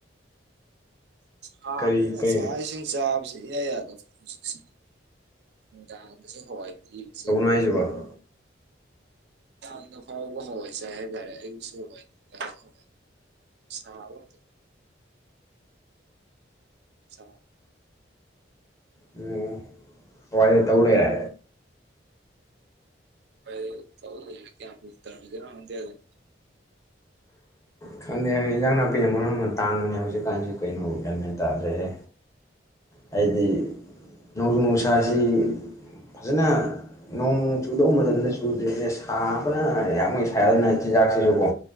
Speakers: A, on the right; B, on the left.
A: ꯍꯥꯕꯅꯤꯅ
B: ꯀꯔꯤ ꯀꯔꯤ
A: ꯆꯥꯛ ꯏꯁꯤꯡ ꯆꯥꯕꯁꯦ ꯏꯌꯥ ꯌꯥꯗꯕ ꯍꯧꯖꯤꯛꯁꯦ ꯅꯨꯃꯤꯗꯥꯡꯗꯁꯨ ꯍꯋ꯭ꯥꯏ ꯄꯤ ꯃꯨꯛꯁꯨ
B: ꯍꯥꯏꯖꯕ
A: ꯅꯨꯃꯤꯗꯥꯡꯗꯐꯥꯎꯕ‌ ꯑꯋꯥꯏ ꯆꯥꯏ ꯍꯥꯌꯕ ꯇꯥꯔꯦ ꯑꯌꯨꯛꯁꯨ ꯍꯋꯥꯏ ꯅꯨꯃꯤꯗꯥꯡꯁꯨ ꯍꯋꯥꯏ <unintelligible>
B: ꯑꯣ ꯍꯋꯥꯏꯗ ꯇꯧ ꯂꯩꯔꯦ
A: ꯎꯄꯥꯏ ꯂꯩ ꯇꯧ ꯂꯩꯔꯦ ꯀꯌꯥꯝ ꯀꯨꯏ ꯇꯧꯔꯝꯒꯤꯗꯣꯏ ꯈꯪꯗꯦ ꯑꯗꯨꯝ
B: ꯈꯪꯗꯦ ꯏꯟꯖꯥꯡ ꯅꯥꯄꯤꯅ ꯃꯔꯣꯟ ꯑꯃ ꯇꯥꯡꯕꯅꯦ ꯍꯧꯖꯤꯛꯀꯥꯟꯖꯤ ꯀꯩꯅꯣ ꯒꯌ꯭ꯥꯟ ꯃꯦꯟ ꯇꯥꯗ꯭ꯔꯦꯍꯦ ꯍꯥꯏꯗꯤ ꯅꯣꯡꯖꯨ ꯅꯨꯡꯁꯥꯁꯤ ꯐꯖꯅ ꯅꯣꯡ ꯆꯨꯗꯧ ꯃꯇꯝꯗ ꯆꯨꯗꯦꯍꯦ ꯁꯥꯕꯅ ꯌꯥꯝꯒꯩ ꯁꯥꯏ ꯑꯗꯨꯅ ꯆꯤꯟꯖꯥꯛꯁꯤꯁꯨꯀꯣ